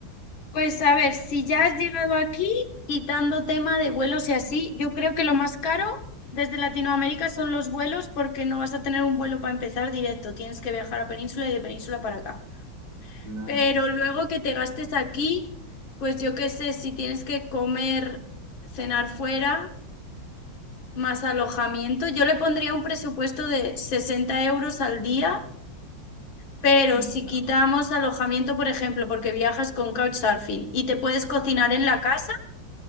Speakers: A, on the left (about 85°); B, on the right (about 45°).
A: Pues a ver, si ya has llegado aquí, quitando tema de vuelos y así, yo creo que lo más caro desde Latinoamérica son los vuelos porque no vas a tener un vuelo para empezar directo, tienes que viajar a Península y de Península para acá.
B: Claro.
A: Pero luego que te gastes aquí, pues yo qué sé, si tienes que comer, cenar fuera, más alojamiento, yo le pondría un presupuesto de 60 euros al día. Pero
B: mm,
A: si
B: Ya.
A: quitamos alojamiento, por ejemplo, porque viajas con couchsurfing y te puedes cocinar
B: ujú.
A: en la casa,